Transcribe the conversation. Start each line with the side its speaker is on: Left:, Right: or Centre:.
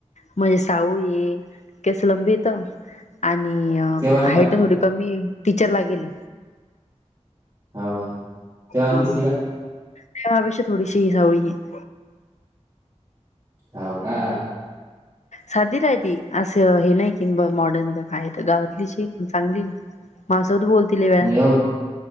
Left: म्हणजे सावळी केस लंबी येत आणि
Right: तेव्हानी
Left: हाईट
Right: का
Left: थोडी कमी तीचर ला गेली.
Right: हो का? तेव्हानी
Left: हा
Right: दिसते का
Left: ते्हापेक्षा थोडीशी ह सावळी आहे.
Right: हो का?
Left: साधी राय त असं हे नाही की ब मॉडर्न का काय तर गावातली शे पण चांगली. मासौत बोलतील व
Right: मग एवढ